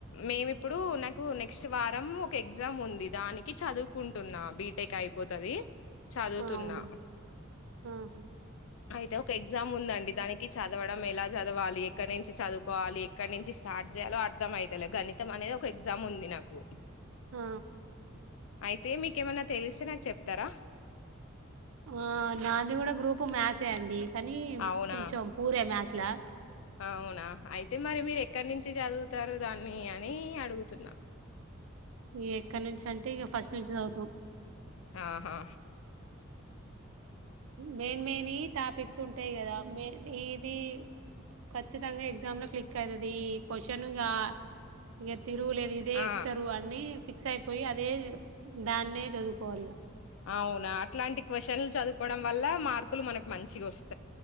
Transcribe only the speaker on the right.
అవునా ఆహా
ఆ
ఆ నాది కూడా గ్రూప్ మ్యాచే అండి కానీ
కొంచెం పూర మాథ్స్ లా
ఈ ఎక్కడి నుంచి అంటే ఇక ఫస్ట్ నుంచి చదువుతా
మెయిన్ మెయిన్ టాపిక్స్ ఉంటాయి కదా. మ ఇది ఖచ్చితంగా ఎగ్జామ్ లో క్లిక్ అవయితది. ఈ క్వశ్చన్గా ఇక తిరు లేదు ఇదే
ఇస్తరు అన్ని ఫి ఫిక్స్ అయిపోయి అదే దాన్నే చదువుకోవాలిగ.